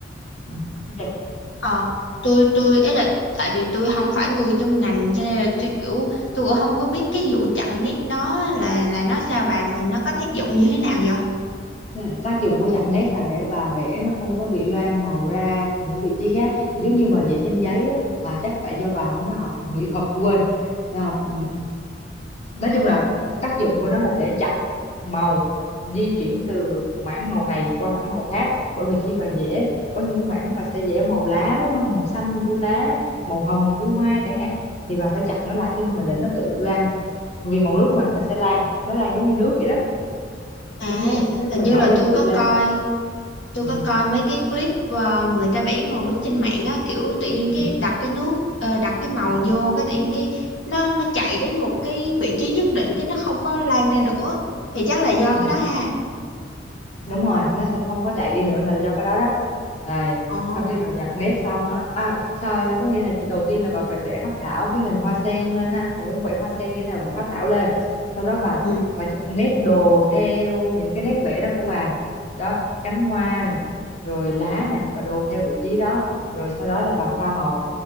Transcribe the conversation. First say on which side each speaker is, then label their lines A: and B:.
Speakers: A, on the left; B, on the left.
A: ừ, ok.
B: Ờ, tôi tôi ấy là tại vì tôi không phải người trong ngành cho nên là tôi kiểu tôi cũng không có biết cái vụ chặn nét đó là là nó sao bà và nó có tác dụng như thế nào vậy?
A: Dạ, tác dụng của chặn nét là để bà vẽ nó không có bị loang màu ra những vị trí khác giống như bà vẽ trên giấy á à, chắc tại do bà không có học mỹ thuật quên Là học ừ, nói chung là tác dụng của nó là để chặn màu di chuyển từ mảng màu này qua mảng màu khác bởi vì khi bà vẽ có những mảng bà sẽ vẽ màu lá đúng không màu xanh của lá màu hồng của hoa chẳng hạn thì bà phải chặn nó lại chứ không là để nó tự loang vì màu nước mà nó sẽ lan nó lan giống như nước vậy đó
B: À,
A: giống như một miếng nước
B: hình
A: mà
B: như
A: nhỏ
B: là
A: vô
B: tôi
A: nó
B: có
A: tự lan
B: coi tôi
A: ừ,
B: có coi mấy cái clip ờ, người ta vẽ màu nước trên mạng á kiểu tự nhiên
A: ừ,
B: cái đặt cái nước ờ, đặt cái màu
A: ừ,
B: vô cái tự nhiên cái nó nó chạy đến một cái vị trí nhất định cái nó không có lan ra nữa thì chắc là do
A: ừ.
B: cái đó ha.
A: đúng rồi nó sẽ không có chạy đi nữa là do cái đó đó rồi
B: Ồ.
A: sau khi bà chặn nét xong á à, sao có nghĩa là đầu tiên là bà phải vẽ phác thảo cái hình hoa sen lên ha bà muốn vẽ hoa sen như thế nào bà phác thảo lên sau đó bà
B: Ừ.
A: bà chọn nét đồ theo những cái nét vẽ đó của bà đó cánh hoa nè rồi lá nè bà đồ theo vị trí đó rồi sau đó là bà pha màu